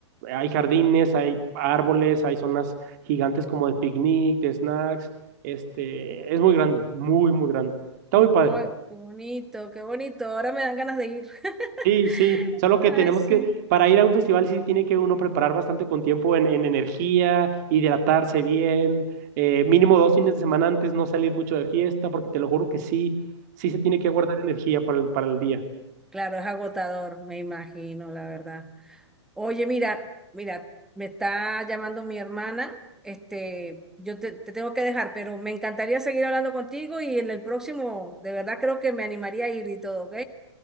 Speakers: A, on the right; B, in the centre.
A: hay jardines, hay árboles, hay zonas gigantes como de picnic, de snacks, este, es muy grande, muy, muy grande. Está muy padre.
B: Ay, qué bonito, qué bonito. Ahora me dan ganas de ir. <laughs>
A: Sí, sí, solo que
B: Ay,
A: tenemos
B: sí.
A: que, para ir a un festival sí tiene que uno preparar bastante con tiempo en, en energía, hidratarse bien, eh, mínimo dos fines de semana antes, no salir mucho de fiesta, porque te lo juro que sí, sí se tiene que guardar energía para el, para el día.
B: Claro, es agotador, me imagino, la verdad. Oye, mira, mira, me está llamando mi hermana. Este, yo te, te tengo que dejar, pero me encantaría seguir hablando contigo y en el próximo, de verdad creo que me animaría a ir y todo, ¿ok?